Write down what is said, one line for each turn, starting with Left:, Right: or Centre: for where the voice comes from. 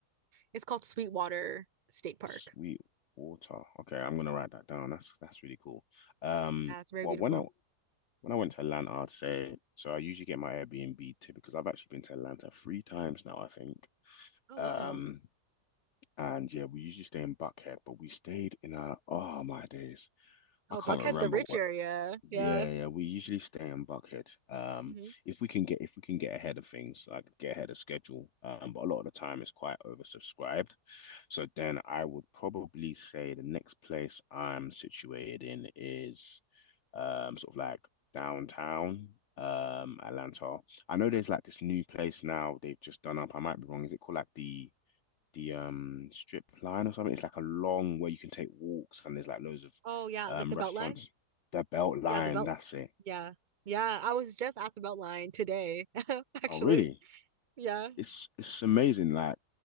Right: it's called Sweetwater State Park.
Left: Sweetwater. Okay, I'm gonna write that down. That's that's really cool. Um,
Right: Yeah, it's very
Left: well,
Right: beautiful.
Left: when I when I went to Atlanta, I'd say so. I usually get my Airbnb tip because I've actually been to Atlanta three times now, I think.
Right: Oh,
Left: Um,
Right: wow.
Left: and yeah, we usually stay in Buckhead, but we stayed in a oh my days,
Right: Oh,
Left: I can't
Right: Buckhead's
Left: remember
Right: the rich
Left: what
Right: area. Yeah.
Left: Yeah, yeah, we usually stay in Buckhead. Um,
Right: hmm
Left: if we can get if we can get ahead of things, like get ahead of schedule. Um, but a lot of the time it's quite oversubscribed. So then I would probably say the next place I'm situated in is um sort of like downtown um Atlanta. I know there's like this new place now they've just done up. I might be wrong. Is it called like the the um strip line or something. It's like a long way you can take walks and there's like loads of
Right: Oh yeah,
Left: um
Right: like the
Left: restaurants.
Right: Beltline.
Left: The Belt Line,
Right: Yeah, the belt.
Left: that's it.
Right: Yeah. Yeah, I was just at the belt line today, <laughs> actually.
Left: Oh, really?
Right: Yeah.
Left: It's it's amazing. Like